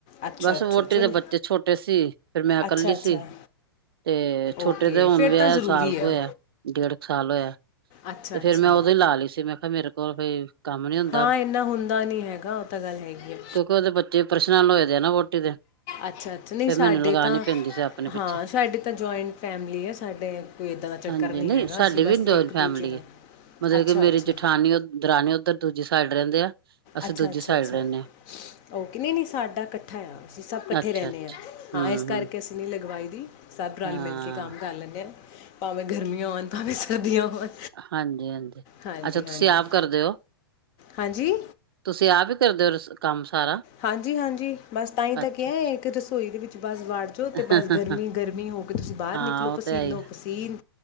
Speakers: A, on the left; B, on the right.
A: ਅੱਛਾ
B: ਬਸ,
A: ਅੱਛਾ
B: ਵੋਹਟੀ
A: ਚਲੋ
B: ਦੇ ਬੱਚੇ ਛੋਟੇ ਸੀ। ਫੇਰ ਮੈਂ ਇਕੱਲੀ
A: ਅੱਛਾ ਅੱਛਾ
B: ਸੀ। ਤੇ ਛੋਟੇ
A: ਓਕੇ
B: ਤੇ ਹੁਣ
A: ਫਿਰ
B: ਵਿਆਹ
A: ਤਾਂ ਜ਼ਰੂਰੀ
B: ਸਾਲ ਕੁ
A: ਆ
B: ਹੋਇਆ, ਡੇਢ ਕੁ ਸਾਲ ਹੋਇਆ
A: ਅੱਛਾ
B: ਤੇ ਫੇਰ
A: ਅੱਛਾ
B: ਮੈਂ ਉਦੌ ਹੀ ਲਾ ਲਈ ਸੀ। ਮੈਂ ਕਿਹਾ ਮੇਰੇ ਕੋਲ ਕੋਈ ਕੰਮ ਨਈ ਹੁੰਦਾ
A: ਹਾਂ ਇੰਨਾ ਹੁੰਦਾ ਨਈ ਹੈਗਾ, ਉਹ ਤਾਂ ਗੱਲ ਹੈਗੀ ਏ
B: ਦੇਖੋ ਉਹਦੇ ਬੱਚੇ, ਪ੍ਰੇਸ਼ਨ ਨਾਲ ਹੋਏ ਦੇ ਆ ਨਾ, ਵੋਹਟੀ ਦੇ
A: ਅੱਛਾ-ਅੱਛਾ ਨਹੀਂ
B: ਫੇਰ
A: ਸਾਡੇ
B: ਮੈਨੂੰ ਲਗਾਣੀ
A: ਤਾਂ
B: ਪੈਂਦੀ ਸੀ ਆਪਣੇ ਪਿੱਛੇ
A: ਹਾਂ, ਸਾਡੇ ਤਾਂ ਜੁਆਇੰਟ, ਫੈਮਿਲੀ ਆ ਸਾਡੇ ਕੋਈ ਏਦਾਂ ਦਾ ਚੱਕਰ
B: ਹਾਂਜੀ
A: ਨਹੀਂ ਹੈਗਾ,
B: ਸਾਡੀ
A: ਅਸੀਂ ਬਸ
B: ਵੀ ਜੁਆਇੰਟ
A: ਇੱਕ
B: ਫੈਮਿਲੀ
A: ਦੂਜੇ ਨਾਲ
B: ਏ ਮਤਲਬ
A: ਅੱਛਾ
B: ਕਿ, ਮੇਰੀ
A: ਅੱਛਾ
B: ਜੇਠਾਨੀ-ਦਰਾਨੀ ਉੱਧਰ, ਦੂਜੀ ਸਾਈਡ ਰਹਿੰਦੇ ਆ ਅਸੀਂ
A: ਅੱਛਾ-ਅੱਛਾ,
B: ਦੂਜੀ ਸਾਈਡ
A: ਅੱਛਾ
B: ਰਹਿੰਦੇ
A: ਉਹ ਕਹਿ ਨੀ, ਸਾਡਾ ਇਕੱਠਾ ਆ, ਅਸੀਂ ਸਭ
B: ਹਾਂ
A: ਇਕੱਠੇ
B: ਅੱਛਾ
A: ਰਹਿੰਦੇ
B: ਅੱਛਾ
A: ਹਾਂ,
B: ਹਮ
A: ਇਸ ਕਰਕੇ
B: ਹਮ
A: ਅਸੀਂ ਨਈ ਲਗਵਾਈ ਦੀ ਸਭ ਰਲ-
B: ਹਾਂ
A: ਮਿਲ ਕੇ ਕੰਮ ਕਰ ਲੈਂਦੇ ਆ, ਭਾਵੇਂ ਗਰਮੀਆਂ ਹੋਣ, ਭਾਵੇਂ ਸਰਦੀਆਂ ਹੋਣ
B: ਹਾਂਜੀ-ਹਾਂਜੀ
A: ਹਾਂਜੀ
B: ਅੱਛਾ ਤੁਸੀਂ,
A: ਹਾਂਜੀ
B: ਆਪ ਕਰਦੇ ਹੋ
A: ਹਾਂਜੀ
B: ਤੁਸੀਂ, ਆਪ ਵੀ ਕਰਦੇ ਹੋ, ਕੰਮ ਸਾਰਾ
A: ਹਾਂਜੀ-ਹਾਂਜੀ ਬਸ ਤਾਂਹੀ ਤਾਂ
B: ਅੱਛਾ
A: ਕਿਹਾ, ਇੱਕ ਰਸੋਈ ਦੇ ਵਿੱਚ ਬਸ ਵੜ ਜੋ
B: ਅੱਛਾ
A: ਤੇ ਬਸ, ਗਰਮੀ-ਗਰਮੀ ਹੋ ਕੇ ਤੁਸੀਂ ਬਾਹਰ
B: ਹਾਂ
A: ਨਿਕਲੋਗੇ,
B: ਉਹ
A: ਪਸੀਨੋ
B: ਤੇ ਹੈ ਹੀ ਆ।
A: -ਪਸੀਨ